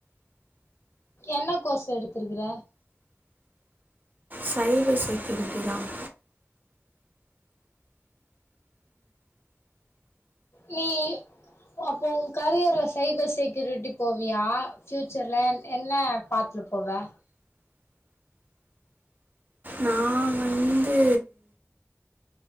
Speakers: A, on the left; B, on the right.
A: என்ன கோர்ஸ் எடுத்து இருக்கிற
B: சைபர் செகண்ட் <inaudible>
A: நீ அப்போ உங்க கரியர்ல சைபர் செக்யூரிட்டி போவியா பியூச்சர்ல என்ன பாத்துட்டுபோவ
B: நான் வந்து